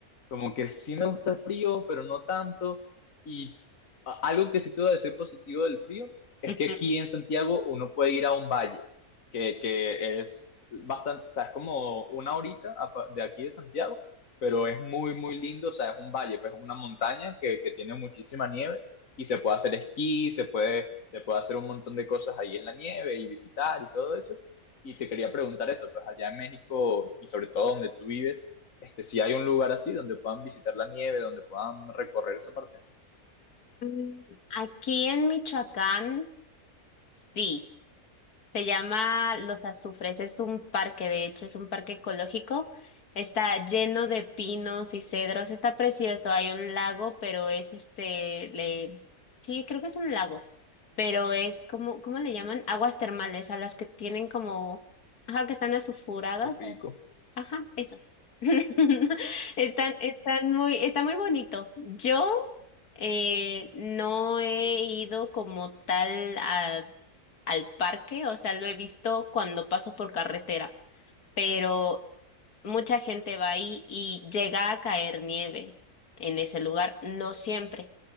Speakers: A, on the left (about 60°); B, on the left (about 85°).
A: como que sí me gusta el frío, pero no tanto, y a- algo que sí te voy a decir positivo del frío es
B: Ujú.
A: que aquí en Santiago uno puede ir a un valle, que, que es bastante, o sea, es como una horita apa- de aquí de Santiago, pero es muy, muy lindo, o sea, es un valle, pues es una montaña que, que tiene muchísima nieve y se puede hacer esquí, se puede, se puede hacer un montón de cosas ahí en la nieve y visitar y todo eso. Y te quería preguntar eso, pues allá en México y sobre todo donde tú vives, este, si hay un lugar así donde puedan visitar la nieve, donde puedan recorrer esa parte.
B: Mm, Aquí en Michoacán, sí. Se llama Los Azufres, es un parque, de hecho, es un parque ecológico. Está lleno de pinos y cedros, está precioso, hay un lago, pero es este, le... sí, creo que es un lago, pero es como, ¿cómo le llaman? Aguas termales, a las que tienen como, ajá, que están azufuradas,
A: Qué rico.
B: ajá, eso. <laughs> Están, están muy, está muy bonito. Yo eh, no he ido como tal a al parque, o sea, lo he visto cuando paso por carretera, pero mucha gente va ahí y llega a caer nieve en ese lugar, no siempre,